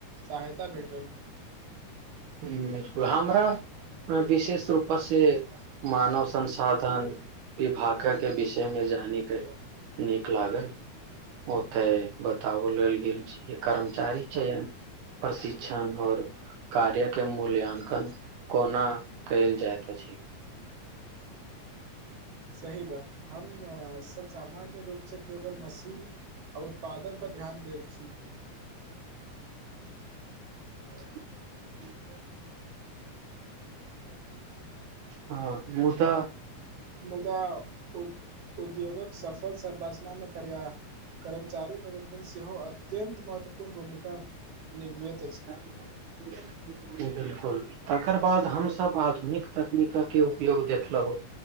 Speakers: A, on the right (about 55°); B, on the right (about 75°).
A: सहायता भेटल
B: बिलकु <inaudible> हमरा विशेष रूपससँ मानव संसाधन विभागयके विषयमे जानयके नीक लागल ओतय बताओ लेल गेल छै कर्मचारी चयन प्रशिक्षण आओर कार्यके मूल्यांकन कोना कयल जाइत अछि
A: सही बात हम सब सामान्य रूप से केवल मशीन आ उत्पादन पर ध्यान देैत छी
B: <inaudible> हँ मुदाऽ <inaudible>
A: मुदा ओ <inaudible> उद्योगक सफल संरचनामे करया करमचारी प्रबन्धन सेहो अत्यन्त महत्व भूमिका निभृत
B: ह <unintelligible> बिलकुल तकर बाद हमसभ आधुनिक तकनीककके उपयोग देखलहुँ